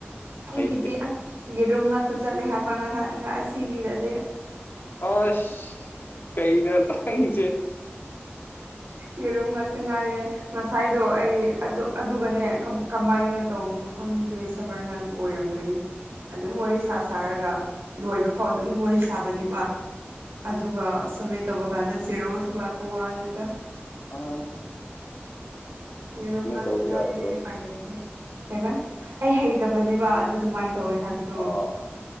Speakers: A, on the right; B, on the left.
A: ꯑꯩꯒꯤꯗꯤ
B: ꯍꯩꯇꯦ
A: ꯑꯁ ꯌꯦꯔꯨꯝ ꯉꯥꯛꯇ ꯆꯠꯂꯦ ꯍꯥꯏꯕ ꯉꯍꯛ ꯉ ꯑꯁꯤꯒꯤꯗꯗꯤ
B: ꯑꯁ ꯀꯩꯅꯣ ꯅꯪꯖꯦ
A: ꯌꯦꯔꯨꯝ ꯉꯥꯛꯇ ꯉꯥꯏꯔꯦ ꯉꯁꯥꯏꯗꯣ ꯑꯩ ꯑꯗꯨ ꯑꯗꯨꯒꯅꯦ ꯀꯝ ꯀꯝꯃꯥꯏꯅ ꯇꯧꯕꯅꯣ ꯈꯪꯗꯦ ꯁꯕꯔꯅꯝ ꯑꯣꯏꯔꯝꯒꯅꯤ ꯑꯗꯨꯝ ꯋꯥꯔꯤ ꯁꯥ ꯁꯥꯔꯒ ꯂꯣꯏꯕꯐꯥꯎ ꯑꯗꯨꯝ ꯋꯥꯔꯤ ꯁꯥꯕꯅꯦꯕ ꯑꯗꯨꯒ ꯁꯝꯃꯤꯠ ꯇꯧꯕ ꯀꯥꯟꯗ ꯖꯦꯔꯣ ꯊꯣꯛꯂꯛꯄ ꯋꯥꯅꯤꯗ
B: ꯑꯥꯁ
A: ꯌꯦꯔꯨꯝ ꯉꯥꯛꯇ
B: ꯇꯧꯕ
A: ꯉꯥꯏꯔꯦ
B: ꯌꯥꯗ꯭ꯔꯣ
A: ꯎꯄꯥꯏ ꯂꯩꯇꯦ ꯀꯩꯕ ꯑꯩ ꯍꯩꯇꯕꯅꯦꯕ ꯑꯗꯨ ꯑꯗꯨꯃꯥꯏ ꯇꯧꯋꯦ ꯍꯥꯏꯕꯗꯣ
B: ꯑꯣ